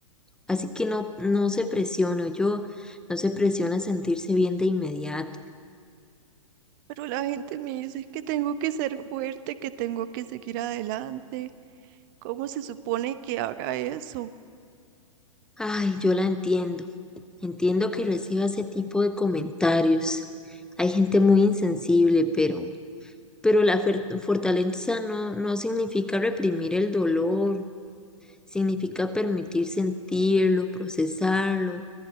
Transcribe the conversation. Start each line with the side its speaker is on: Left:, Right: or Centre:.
Centre: Así que no, no se presiona, yo, no se presiona a sentirse bien de inmediato.
Right: Pero la gente me dice que tengo que ser fuerte, que tengo que seguir adelante. ¿Cómo se supone que haga eso?
Centre: Ay, yo la entiendo. Entiendo que reciba ese tipo de comentarios. Hay gente muy insensible, pero, pero la fer- fortaleza no, no significa reprimir el dolor, significa permitir sentirlo, procesarlo